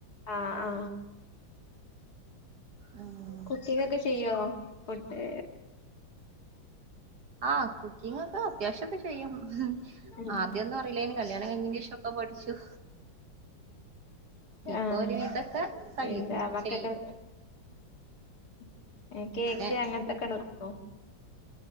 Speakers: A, on the left; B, on the right.
A: ആ ആ
B: ഉം
A: കുക്കിങ്ങൊക്കെ ചെയ്യോ ഫുഡ്
B: ആ കുക്കിങ്ങൊക്കെ അത്യാവശ്യക്കെ ചെയ്യും.
A: ഉം
B: ആദ്യൊന്നും അറീലേനി കല്യാണം കഴിഞ്ഞേൻ്റേഷം ഒക്കെ പഠിച്ചു. ഇപ്പോ
A: ആഹ്
B: ഒരുവിതൊക്കെ കഴിയും.
A: എന്താ മക്കക്ക്
B: ചെയ്യും.
A: <inaudible> കേക്ക്
B: ഏഹ്
A: അങ്ങൻത്തൊക്കെ വെക്കും.